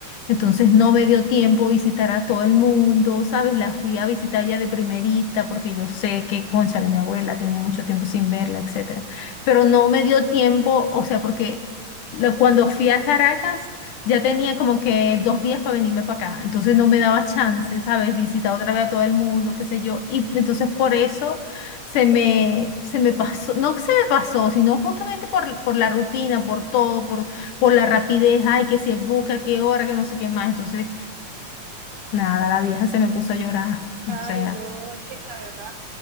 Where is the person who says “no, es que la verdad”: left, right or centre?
Right